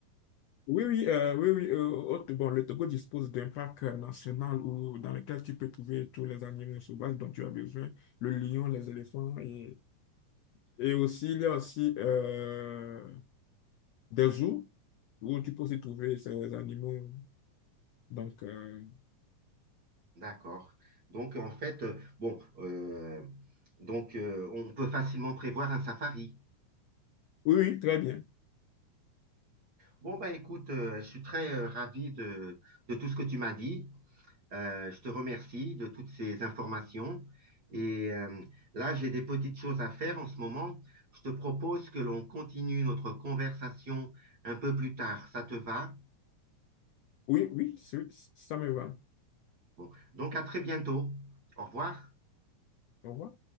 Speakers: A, on the left (about 80°); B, on the right (about 40°).
A: Oui, oui, euh, oui, oui. euh, autre- bon, le Togo dispose d'un parc euh, national où, dans lequel tu peux trouver tous les animaux sauvages dont tu as besoin, le lion, les éléphants. Et, et aussi, il y a aussi euh, des zoos où tu peux aussi trouver ces animaux. Donc, euh,
B: D'accord. Donc, en fait, euh, bon, euh, donc, euh, on peut facilement prévoir un safari.
A: oui, oui, très bien.
B: Bon, bah écoute, euh, je suis très euh, ravi de, de tout ce que tu m'as dit. Euh, je te remercie de toutes ces informations. Et euh, là, j'ai des petites choses à faire en ce moment. Je te propose que l'on continue notre conversation un peu plus tard. Ça te va?
A: Oui, oui, c'est- ça me va.
B: Bon, donc à très bientôt. Au revoir.
A: Au revoir.